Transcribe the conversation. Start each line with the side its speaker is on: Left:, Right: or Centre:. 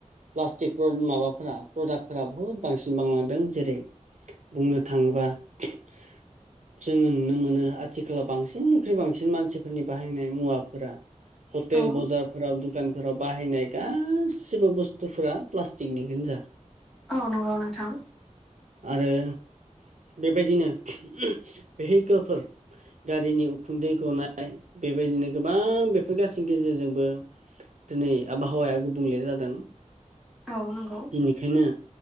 Right: प्लास्टिक <unintelligible> माबाफोरा प्रदाक्टफोरा बुहुद बांसिन बांलांदों जेरै ओ बुंनो थाङोबा <inaudible> जों नुनो मोनो आथिखालाव बांसिननिख्रुइ बांसिन मानसिफोरनि बाहायनाय मुवाफोरा ह'टेल
Centre: औ
Right: बाजारफोरा दुखान फोराव बाहायनाय गासिबो बुस्थुफोरा प्लास्टिकनि गोनजा
Centre: औ नोंगौ नोंथां
Right: आरो बेबायदिनो उम भेहिकोलफोर गारिनि उखुन्दै गनाय बेबादिनो गोबां बेफोर गासैनि गेजेरजोंबो हो दोनै आबहावाया गुबुंले जादों
Centre: औ नंगौ
Right: बिनिखायनो